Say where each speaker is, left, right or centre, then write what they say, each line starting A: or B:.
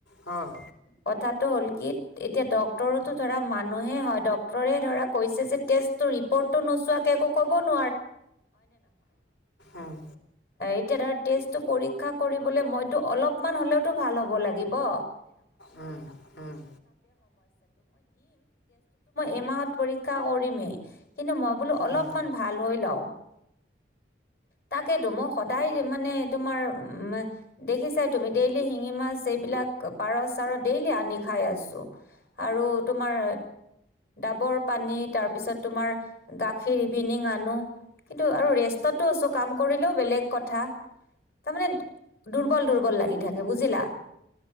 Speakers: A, on the left; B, on the left.
A: হয়
B: কথাটো হ'ল কি এতিয়া ড্টৰো ধৰা মানুহে হয় ড্টৰে ধৰা কৈছে যে টেষ্টটো ৰিপৰ্টটো নোচোৱাকে একো ন
A: উম
B: এতিয়া ধ তেষ্টটো পৰীক্ষা বোলে মইতো অলপমান হ'লেওতো ভাল হ'ব লাগিব। ন ই
A: উম উম
B: এমাহত পৰীক্ষা কৰিমেই কিন্তু মই বোলো অলপমান
A: উম উম উম
B: ভাল হৈ লও তাকেতো মই তাই মানে তোমাৰ উ দেখিছাই তুমি ডেইলি শিঙি মাছ এইবিলাক পাৰ চাৰ ডেইলি আনি খাই আছো। আৰু তোমাৰ ডাবৰ পানী তাৰপিছত তোমাৰ গাখীৰ ইভিনিং আনো কিন্তু আৰু ৰেষ্টতো আছোঁ কাম কৰিলেও বেলেগ কথা তাৰমানে দুৰ্বল দুৰ্বল লাগি থাকে বুজিলা।